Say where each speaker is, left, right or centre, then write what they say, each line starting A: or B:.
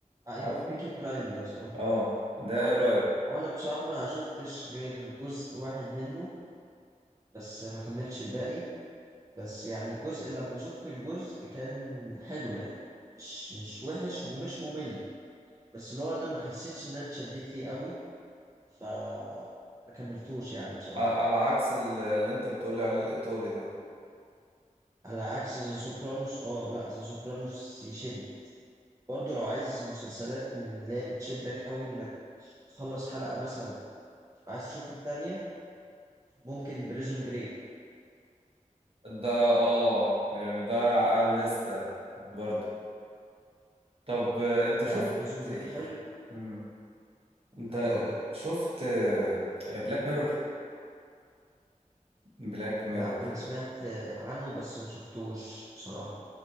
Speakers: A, on the right (about 25°); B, on the right (about 45°).
A: أيوه
B: عارفه
A: بيكي بلايندرز أه
B: اه ده
A: عارف
B: ايه رأيك
A: أنا بصراحة ما شفتش غير جزء واحد منه بس ما كملتش الباقي بس يعني الجزء لما شفت الجزء كان حلو يعني مش مش وحش ومش ممل بس اللي هو انا ما حسيتش ان انا اتشدت ليه قوي ف ما كملتوش يعني بصراحة
B: ع- على عكس ال- اللي انت بتقولي عليه الايطالي ده
A: على عكس ذا سوبرانوس اه لا ذا سوبرانوس يشد برضو لو عايز مسلسلات من اللي هي بتشدك قوي انك تخلص حلقة مثلا تبقى عايز تشوف التانية ممكن بريزون بريك
B: ده اه يعني ده على الليستة برضه طب آه، انت
A: اه يعني
B: شفت
A: بريزون بريك
B: آه،
A: حلو
B: مم. انت
A: ايوه
B: آه،
A: اقول
B: شفت بلاك ميرور بلاك ميرور
A: لا انا سمعت آه، عنه بس ما شفتوش بصراحة